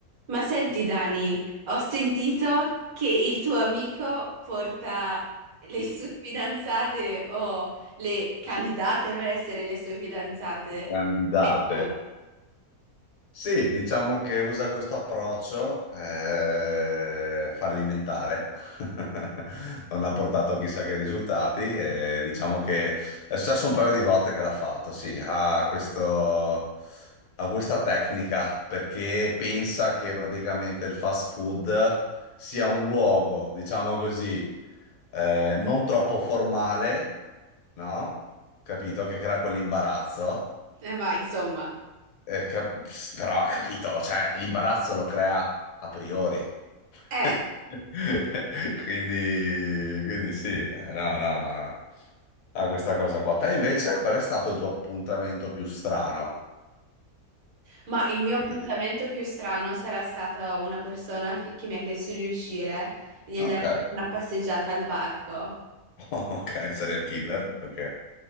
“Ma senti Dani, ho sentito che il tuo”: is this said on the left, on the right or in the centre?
Right